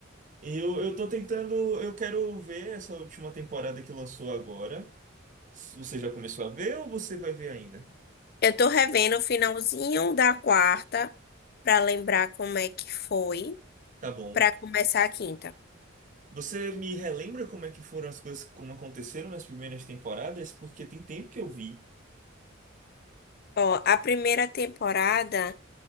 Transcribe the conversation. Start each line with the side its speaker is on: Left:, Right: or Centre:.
Right: e eu, eu tô tentando, eu quero ver essa última temporada que lançou agora. Você já começou a ver ou você vai ver ainda?
Left: Eu tô revendo o finalzinho da quarta pra lembrar como é que foi
Right: Tá bom.
Left: pra começar a quinta.
Right: Você me relembra como é que foram as coisas, como aconteceram nas primeiras temporadas? Porque tem tempo que eu vi.
Left: Ó, a primeira temporada